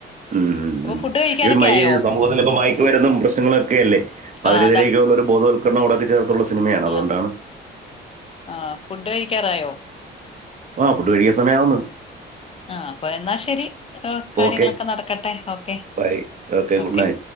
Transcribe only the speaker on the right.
ഉം ഉം
ഉം ഈ
ഈ സമൂഹത്തിൽ ഇപ്പ മയക്ക് മരുന്നും പ്രശ്നങ്ങളൊക്കെ അല്ലേ അതിനെതിരേക്കുള്ള
ഒരു ബോധവൽക്കരണം ഇതൊക്ക ചേർത്തുള്ള സിനിമയാണ് അതുകൊണ്ടാണ്
ആഹ് ഫുഡ് കഴിക്കാൻ സമയമാകുന്ന്
okay
bye
good night